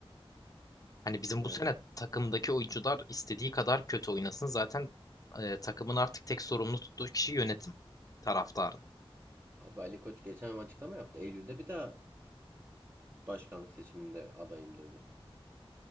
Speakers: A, on the left (about 35°); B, on the right (about 25°).
A: Hani bizim
B: Ne?
A: bu sene takımdaki oyuncular istediği kadar kötü oynasın. Zaten e, takımın artık tek sorumlu tuttuğu kişi yönetim, taraftarın.
B: Abi Ali Koç geçen ay açıklama yaptı. Eylül'de bir daha başkanlık seçiminde adayım dedi.